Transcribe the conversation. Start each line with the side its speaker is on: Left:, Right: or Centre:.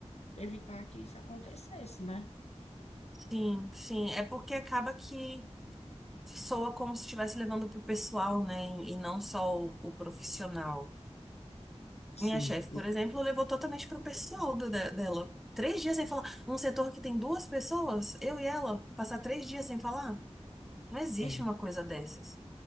Left: evitar que isso acontecesse, né?
Centre: Sim, sim. É porque acaba que soa como se estivesse levando pro pessoal, né? E não só o, o profissional.
Left: Sim,
Centre: Minha chefe, por
Left: e-
Centre: exemplo, levou totalmente pro pessoal do- de- dela. Três dias sem falar. Um setor que tem duas pessoas, eu e ela, passar três dias sem falar? Não existe
Left: é
Centre: uma coisa dessas.